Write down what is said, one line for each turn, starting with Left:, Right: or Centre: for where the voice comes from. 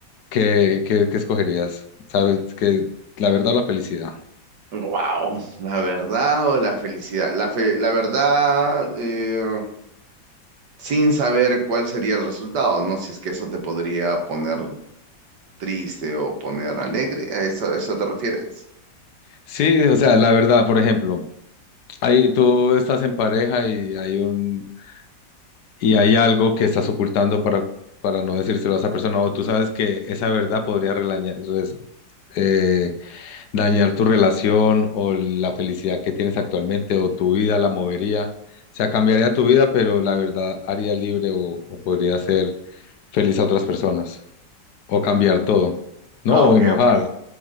Left: ¿qué, qué, qué escogerías? ¿Sabes? ¿Que la verdad o la felicidad?
Right: Wow, la verdad o la felicidad. La, fe- la verdad, eh, sin saber cuál sería el resultado, ¿no? Si es que eso te podría poner triste o poner alegre, ¿a eso, a eso te refieres?
Left: Sí, o sea, la verdad, por ejemplo. Ahí tú estás en pareja y hay un y hay algo que estás ocultando para, para no decírselo a esa persona, o tú sabes que esa verdad podría relaña- res- eh, dañar tu relación o la felicidad que tienes actualmente o tu vida la movería. O sea, cambiaría tu vida, pero la verdad haría libre o, o podría hacer feliz a otras personas o cambiar todo, ¿no?
Right: Ah,
Left: O
Right: ok,
Left: enojar.
Right: ok.